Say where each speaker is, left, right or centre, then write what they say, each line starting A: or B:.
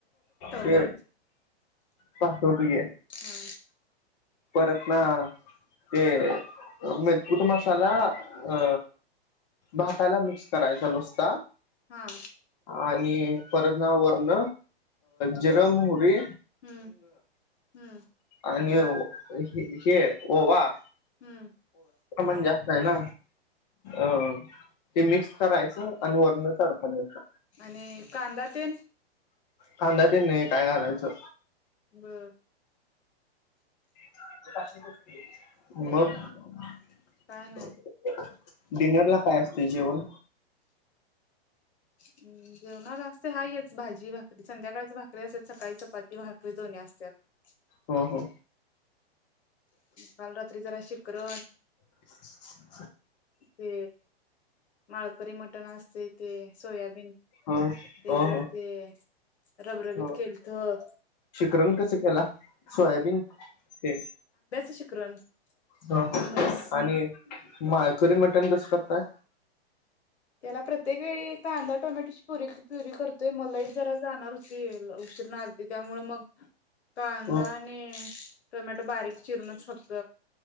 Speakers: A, on the left; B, on the left.
A: ते
B: परत
A: पाचपे घे
B: हा
A: परत ना ते मकुट मसाला अ भाताला मिक्स करायचा नुसता.
B: हा
A: आणि परत वरण जिरमोहरी
B: हम्म हम्म
A: आणि हे ओवा
B: हम्म
A: माण जास्त आहे ना अ ते मिक्स करायचं आणि वरण तडका द्यायचा.
B: आणि कांदा तेन
A: कांदा तेन नाही काय घालायचं.
B: बर
A: <unintelligible> मग हो
B: काय
A: <unintelligible> डिनर ला काय असत ते जेवण
B: ह जेवणार असते हाय हेच भाजी भाकरी संध्याकाळच भाकरी असते सकाळी चपाती भाकरी दोन्ही असत्यात
A: ह हा
B: काल रात्री जरा शिकर
A: <inaudible>
B: ते माळकरी मटण असते चेते सोयाबीन ते
A: हो हो
B: जर ते रबरबीत
A: हो
B: केळतं.
A: शिकरण कसं केला सोयाबीन ते
B: शिकरण
A: हा हा
B: आमरस
A: आणि माळकरी मटन कस काय काय.
B: त्याला प्रत्येक वेळी कांदा टोमॅटोची परी प्युरी करतोय मग लाईट जरा जाणार होती उशिरा ना आलती त्यामुळ मग कांदा
A: ह.
B: आणि टोमॅटो बारीक चिरणचं फक्त